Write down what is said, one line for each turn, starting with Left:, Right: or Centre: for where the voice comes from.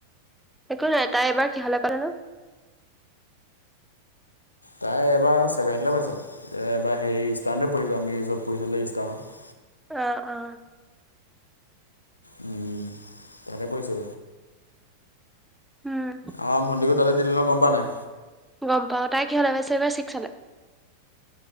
Centre: একো নাই তাই এবাৰ কিহলে পালোনো
Left: তাই এবাৰ ছেভেন লে পাইছে এতিয়া এবাৰ হেৰি স্তানতে পঢ়িলো আমি যত পঢ়িবলে স্তানত।
Centre: অহ অহ।
Left: উম তাতে পঢ়িছে।
Centre: উম
Left: অহ ভণ্টিকো তাতে দিলে নহয় গম পাওঁ নাই।
Centre: গম পাওঁ তাই কিহ'লে এইবাৰ ছিক্সালে